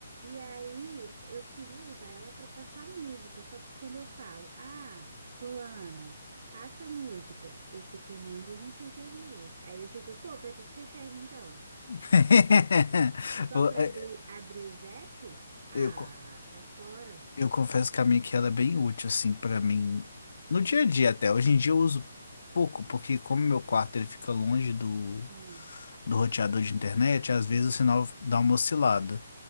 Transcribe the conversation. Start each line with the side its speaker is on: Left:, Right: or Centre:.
Right: aí eu queria usar ela para passar música, só que quando eu falo, ah, fulana, passa a música, esse comando eu não sei fazer. Aí eu fico, pô, pra que que você serve então?
Left: <laughs>
Right: Só para abrir, abrir os apps? Ah,
Left: Eu- eu-
Right: sai fora.
Left: Eu confesso que a minha que ela é bem útil, assim, pra mim. No dia a dia até. Hoje em dia eu uso pouco, porque como meu quarto ele fica longe do,
Right: Ah,
Left: do roteador de internet, às vezes o sinal dá uma oscilada.